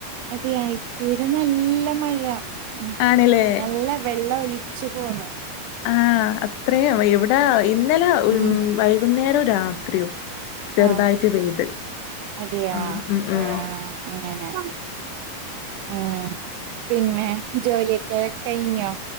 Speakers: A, on the right; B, on the left.
A: അതെയാ ഇപ്പ ഇവിടെ നല്ല മഴ ഉ
B: ആണ്ല്ലേ
A: നല്ല വെള്ളല രിച്ചു പോന്ന
B: ആ അത്രയും എവിടെ ഇന്നലെ ഉ
A: ഉം
B: വൈകുന്നേരോ രാത്രിയോ ചെറുതായിട്ട്
A: ആഹ്
B: പെയ്ത്
A: അതെയാ
B: ആഹ് ഉം ഉം
A: ആഹ അങ്ങനെ ഉ പിന്നെ ജോലിയൊക്കെ കഴിഞ്ഞോ